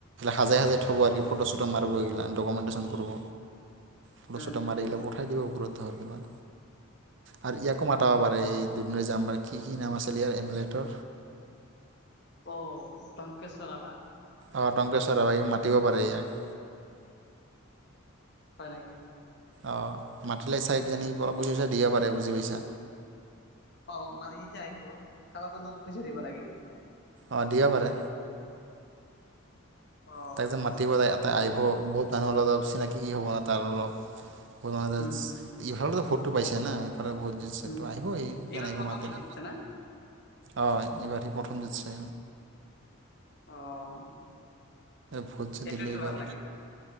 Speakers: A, on the right; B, on the left.
A: হাজাই হাজাই থ'ব আৰু কি ফটো চটো মাৰিব এইগিলা ডকুমেণ্টেশ্যন কৰিব। ফটো
B: উম
A: চটো মাৰি <unintelligible> <unintelligible> আৰু ইয়াকো মাতাব পাৰে এই দুন যাম্বাৰ কি কি নাম আছে। কিলিয়াৰ এভলেটৰ।
B: অ' টংকেশ্বৰ ৰাভা।
A: অ' টংকেশ্বৰ ৰাভা ই মাতিব পাৰে ইয়াক।
B: হয় নেকি।
A: অ' মাতিলে চাগে কিজানি অলপ পইচা চইচা দিবা পাৰে বুজি পাইছা।
B: অ' মানে সি যেতিয়া আহিব ক্লাবৰ নামত পইচা দিব নেকি?
A: অ' দিবা পাৰে।
B: অ
A: তাক যে মাতিব লাগে ইয়াতে আহিব বহুত মানুহৰ লগত চিনাকি কি হ'ব ন তাৰ অলপ। ভোলোঙা দাচ
B: উম
A: ইফালেতো ভূটো পাইছে না। <unintelligible>
B: উম
A: আহিব সি কিয়
B: এইবাৰ
A: নাহিব
B: প্ৰথম
A: মাতিলে।
B: জিতছে না
A: অ', এইবাৰেই প্ৰথম দিছে।
B: অ'।
A: ভোট যে
B: এইটোতো
A: দিলোঁ এইবাৰ
B: ভাল লাগিল।